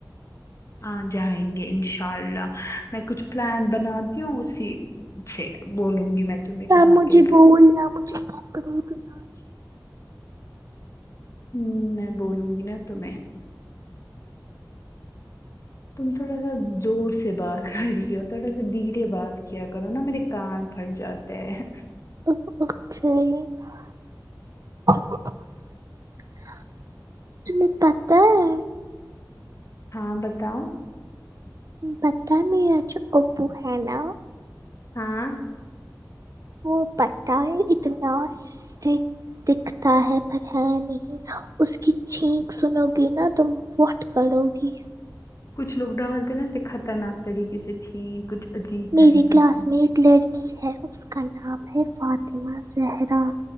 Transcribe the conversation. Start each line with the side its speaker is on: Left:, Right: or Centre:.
Left: ہاں جائیں گے انشاء اللہ میں کچھ پلان بناتی ہوں اسی اچھ بولوں گی میں تمہیں
Right: نہ
Left: کہاں
Right: مجھے
Left: کیا
Right: بولنا مجھے کپڑے بنانا
Left: ہوں میں بولوں گی نا تمہیں تم تھوڑا سا زور سے بات کر رہی ہو تھوڑا سا دھیرے بات کیا کرو نا میرے کان پھٹ جاتے تے ہے
Right: <unintelligible> تمہے پتہ ہے
Left: ہاں بتاؤ
Right: پتہ ہے میرا جو ابو ہے نا
Left: ہاں
Right: وہ پتہ ہے اتنا اسٹ دکھتا ہے پر ہے نہیں اس کی چھینک سنو گی نا تم پٹھ کرو گی
Left: کچھ لوگ ڈالتے نا اسے خطرناک طریقے سے چھینیں کچھ عجیب
Right: میری
Left: طریقے
Right: کلاس
Left: سے
Right: میں ایک لڑکی ہے اس کا نام ہے فاطمہ زہرا